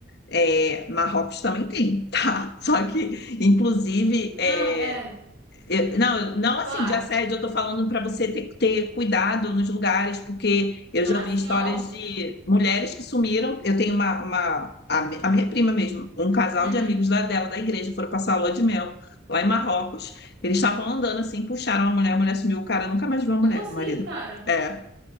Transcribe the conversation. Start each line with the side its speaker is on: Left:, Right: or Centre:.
Left: é, Marrocos também tem, <laughs> tá? Só que, inclusive,
Right: Não,
Left: é,
Right: é,
Left: Eu- não, eu- não
Right: claro.
Left: assim de assédio, eu tô falando para você ter que ter cuidado nos lugares, porque eu
Right: Ah,
Left: já ouvi
Right: sim,
Left: histórias
Right: é óbvio.
Left: de mulheres que sumiram. Eu tenho uma, uma- a, mi- a minha prima mesmo, um casal
Right: Uhum.
Left: de amigos lá dela, da igreja, foram passar a lua de mel lá em Marrocos. Eles estavam andando assim, puxaram a mulher, a mulher sumiu, o cara nunca mais viu
Right: Como
Left: a mulher,
Right: assim,
Left: o marido.
Right: cara?
Left: É,